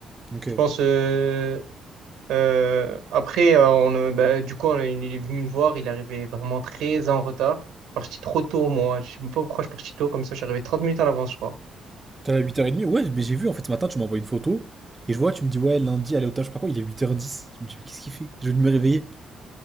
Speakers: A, on the right; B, on the right.
A: Ok.
B: Je pense. euh, euh, après euh, on, euh, bah, du coup on- il est venu me voir. Il arrivait vraiment très en retard. Je suis parti trop tôt moi. Je sais même pas pourquoi je suis parti tôt comme ça. Je suis arrivé 30 minutes en avance, je crois.
A: T'es allé à 8h30? Ouais, mais j'ai vu, en fait, ce matin, tu m'envoies une photo, et je vois, tu me dis, ouais, lundi, aller au taf, je sais pas quoi, il est huit heures dix. Je me dis, mais qu'est-ce qu'il fait? Je vais me réveiller. <laughs>